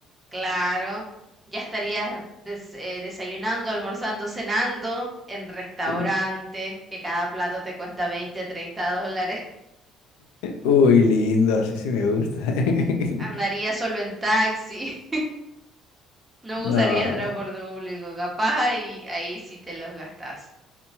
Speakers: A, on the right (about 20°); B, on the left (about 80°).
A: claro. Ya estarías des- eh, desayunando, almorzando, cenando en restaurantes,
B: <laughs>
A: que cada plato te cuesta 20 30 dólares. <laughs>
B: Uy, lindo, así sí me gusta. <laughs>
A: Andarías solo en taxi. No
B: No,
A: usarías transporte público, capaz ahí, ahí sí te los gastás.